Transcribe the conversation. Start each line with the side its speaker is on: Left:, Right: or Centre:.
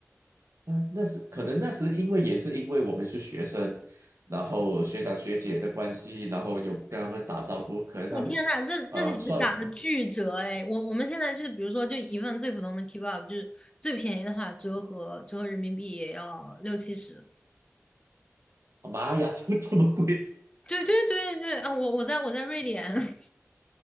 Right: 那那时可能那时因为也是因为我们是学生，然后学长学姐的关系，然后有跟他们打招呼，可能他会
Left: 我天呐，这这里是打的巨折哎！
Right: 呃算，
Left: 我我们现在就是，比如说，就一份最普通的 kebab，就是最便宜的话，折合折合人民币也要六七十。
Right: 妈呀，<laughs> 怎么这么贵？
Left: 对对对对，啊，我我在我在瑞典，<laughs>